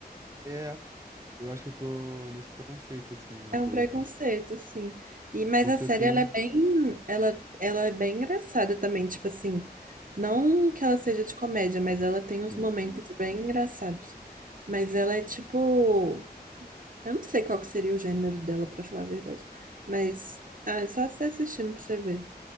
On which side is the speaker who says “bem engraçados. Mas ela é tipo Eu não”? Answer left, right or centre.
Right